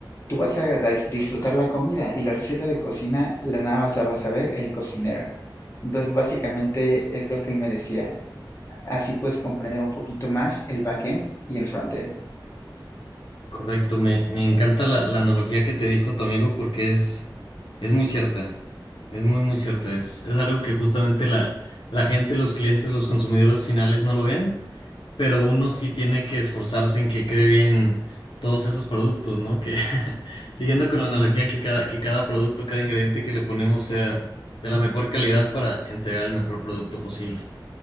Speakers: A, on the left; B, on the left.
A: Tú vas a dis- disfrutar la comida y la receta de cocina la nada más la vas a ver el cocinero. Entonces, básicamente es lo que él me decía. Así puedes comprender un poquito más el backend y el frontend.
B: Correcto, me, me encanta la, la analogía que te dijo tu amigo porque es, es muy cierta, es muy, muy cierta, es, es algo que justamente la, la gente, los clientes, los consumidores finales no lo ven, pero uno sí tiene que esforzarse en que quede bien todos esos productos, ¿no? Que <laughs> siguiendo con la analogía que cada, que cada producto, cada ingrediente que le ponemos sea de la mejor calidad para entregar el mejor producto posible.